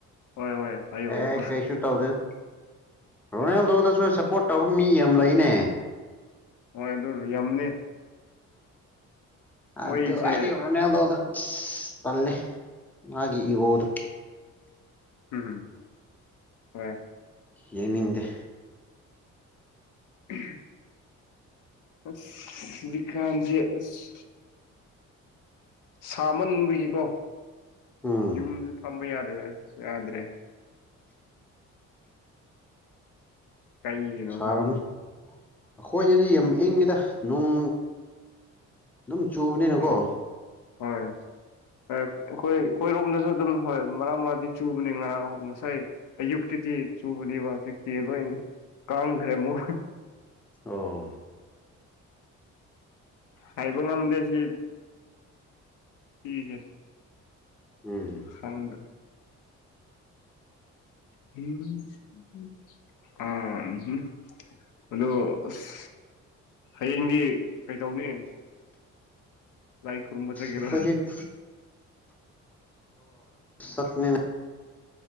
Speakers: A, on the left (about 85°); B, in the centre.
A: ꯍꯣꯏ ꯍꯣꯏ ꯍꯥꯏꯌꯣ ꯍꯥꯏꯌꯣ
B: ꯑꯦ ꯀꯩꯁꯨ ꯇꯧꯗꯦꯗ ꯔꯣꯅꯥꯜꯗꯣꯗꯁꯨ ꯁꯞꯄꯣꯔꯠ ꯇꯧꯕ ꯃꯤ ꯌꯥꯝ ꯂꯩꯅꯦ
A: ꯍꯣꯏ ꯑꯗꯨ ꯌꯥꯝꯅꯤ ꯃꯣꯏꯁꯦ
B: ꯑꯗꯨ ꯑꯩꯗꯤ ꯔꯣꯅꯥꯜꯗꯣꯗ ꯇꯜꯂꯦ ꯃꯥꯒꯤ ꯏꯒꯣꯗꯨ
A: ꯎꯝ ꯎꯝ ꯍꯣꯏ
B: ꯌꯦꯡꯅꯤꯡꯗꯦ
A: ꯎꯝ ꯑꯁ ꯍꯧꯖꯤꯛꯀꯥꯟꯗꯤ ꯑꯁ ꯁꯥꯃꯟꯕꯒꯤꯀꯣ
B: ꯎꯝ
A: ꯌꯨꯝꯗꯖꯨ ꯐꯝꯕ ꯌꯥꯗ꯭ꯔꯦ ꯌꯥꯗ꯭ꯔꯦ ꯀꯩꯒꯤꯅꯣ
B: ꯁꯥꯔꯝꯅꯤ
A: ꯈꯪꯗꯦ
B: ꯑꯩꯈꯣꯏꯗꯗꯤ ꯌꯥꯝ ꯏꯪꯉꯤꯗ ꯅꯣꯡ ꯑꯗꯨꯝ ꯆꯨꯕꯅꯤꯅꯀꯣ
A: ꯑꯣ ꯍꯣꯏ ꯑꯩꯈꯣꯏ ꯑꯩꯈꯣꯏꯔꯣꯝꯗꯁꯨ ꯑꯗꯨꯝ ꯍꯣꯏ ꯃꯔꯛ ꯃꯔꯛꯇꯤ ꯆꯨꯕꯅꯤ ꯉꯔꯥꯡ ꯉꯁꯥꯏ ꯑꯌꯨꯛꯇꯗꯤ ꯆꯨꯕꯅꯦꯕ ꯍꯧꯖꯤꯛꯇꯤ ꯂꯣꯏ ꯀꯪꯈ꯭ꯔꯦ ꯑꯃꯨꯛ
B: ꯑꯣ
A: ꯍꯥꯏꯕ ꯉꯝꯗꯦ ꯁꯤ ꯁꯤꯖꯦ
B: ꯎꯝ
A: ꯈꯪꯗꯦ <unintelligible> ꯑꯥ ꯍꯝ ꯑꯗꯨ ꯑꯁ ꯍꯌꯦꯡꯗꯤ ꯀꯩꯗꯧꯅꯤ ꯂꯥꯏ ꯈꯨꯔꯨꯝꯕ ꯆꯠꯒꯦꯔꯥ
B: ꯑꯩꯈꯣꯏꯗꯤ ꯍꯣꯏ ꯆꯠꯅꯤꯅꯦ